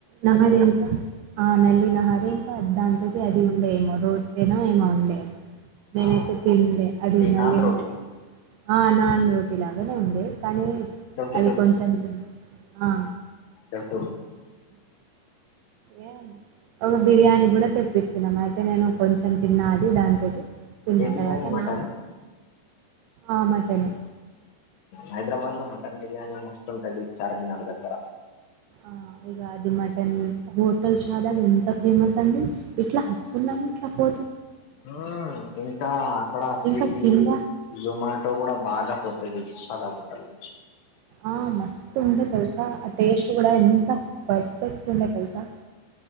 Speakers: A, on the right; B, on the left.
A: నహరి ఇంకా ఆ నల్లు నహరి ఇంకా దాంతోటి అది ఉండేమో రో అంటేనో ఏమో వుండే అది నేనైతే
B: ఆ
A: తిన్లే అది నల్లినో
B: నాన్ రోటీ
A: వాళ ఆ నాన్ రోటీ లాగానే ఉండే కానీ
B: దొడ్డు
A: అది కొంచెం తిన్నా ఆ
B: ఎంట
A: ఏ ఒక బిర్యానీ కూడా తెప్పించినం అయితే నేను కొంచెం తిన్నా అది దానితోటి తిన్న
B: ఏ బిర్యానీ
A: తర్వాత
B: మటన్
A: నా ఆ మటను
B: హైదరాబాద్ లో మటన్ బిర్యానీ మస్తు ఉంటది చార్మినార్ దగ్గర
A: ఆ ఇగ అది మటన్ హోటల్ షాదా ఎంత ఫేమస్ అండి ఇట్ల వస్తున్నా ఎట్లపో
B: ఆ ఇంకా అక్కడ స్విగీ
A: ఇంకా కింద
B: జొమాటో కూడా బాగా పోత్ సదా మోట్టంచి
A: ఆ మస్తు ఉండే తెలుసా ఆ టేస్ట్ కూడా ఎంత పర్ఫెక్ట్ ఉండే తెలుసా